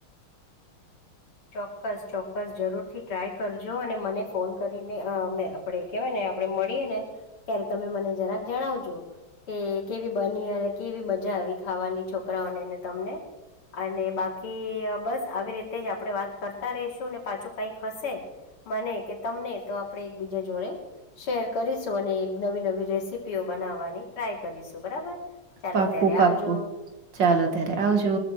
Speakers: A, on the left; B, on the right.
A: ચોક્કસ ચોક્કસ જરૂરથી ટ્રાય કરજો અને મને ફોન કરીને <inaudible> પણ એ કેહેવાયને આપડે મળીએ ને ત્યારે મને જરાક જણાવજો કે કેવી બની અને કેવી મજા આવી ખાવાની છોકરાઓનેને તમને અને બાકી બસ આવી રીતે જ આપણે વાત કરતા રહીશું ને પાછું કઈક હશે મને કે તમને તો આપડે એકબીજા જોડે શેર કરીશું અને નવી નવી રેસીપીઓ બનાવવાની ટ્રાય કરીશું બરાબર ચાલો
B: પાકું
A: ત્યારે
B: પાકું
A: આવજો
B: ચાલો ત્યારે આવજો